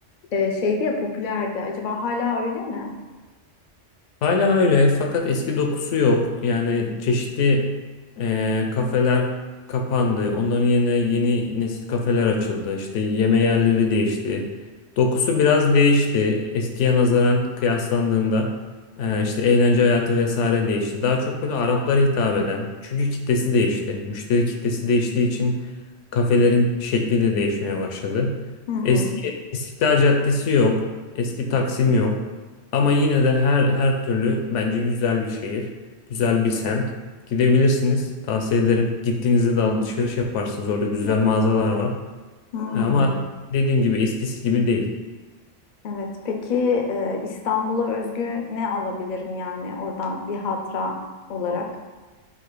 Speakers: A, on the left (about 55°); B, on the left (about 75°).
A: e, şeydi ya popülerdi. Acaba hala öyle mi?
B: Hala öyle fakat eski dokusu yok. Yani çeşitli eee, kafeler kapandı. Onların yerine yeni nesil kafeler açıldı. İşte yeme yerleri değişti. Dokusu biraz değişti. Eskiye nazaran kıyaslandığında eee, işte eğlence hayatı vesaire değişti. Daha çok böyle Araplara hitap eden. Çünkü kitlesi değişti. Müşteri kitlesi değiştiği için kafelerin şekli de değişmeye başladı.
A: Hı hı.
B: Eski İstiklal Caddesi yok. Eski Taksim yok. Ama yine de her her türlü bence güzel bir şehir, güzel bir semt. Gidebilirsiniz. Tavsiye ederim. Gittiğinizde de alışveriş yaparsınız. Orada güzel mağazalar var.
A: Hmm.
B: E, Ama dediğim gibi eskisi gibi değil.
A: Evet. Peki e, İstanbul'a özgü ne alabilirim yani oradan bir hatıra olarak?